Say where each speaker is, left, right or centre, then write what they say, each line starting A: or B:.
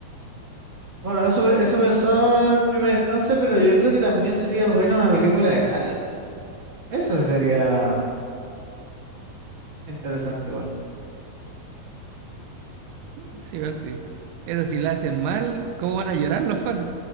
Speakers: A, on the right; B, on the right.
A: Bueno, eso, pe- eso pensaba en primera instancia, pero yo creo que también sería buena una película de Harley. Eso sí sería interesante igual.
B: Sí, igual sí. Eso, si la hacen mal, ¿cómo van a llorar los fans?